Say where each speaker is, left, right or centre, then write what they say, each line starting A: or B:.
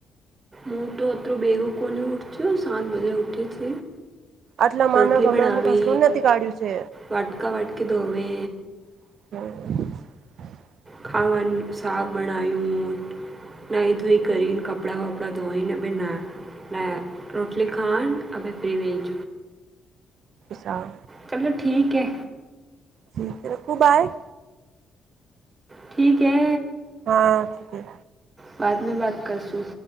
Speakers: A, on the right; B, on the right.
A: હુ તો અતરું બેગુ કોની ઉઊઠ છુ, સાત બજે ઊઠી છ.
B: આટલા માનવ
A: રોટલી
B: ગમણામાં
A: બનાવે,
B: ઘસરું નથી કાઢ્યું છે
A: વાટકા વાટકી ધોવે
B: હમ
A: ખાવાનું સાક બણાયું નાઈ, ધોઈ કરીને, કપડાં વપ કપડાં ધોઈને, અ બે ના ના રોટલી ખણ અભ પ્રીવેેજ
B: સા
A: ચલોો ઠીક હે.
B: જી, રકું બાય
A: ઠીક, એ
B: હા, ઠીક હૈ.
A: બાદ, મે વાત કરશું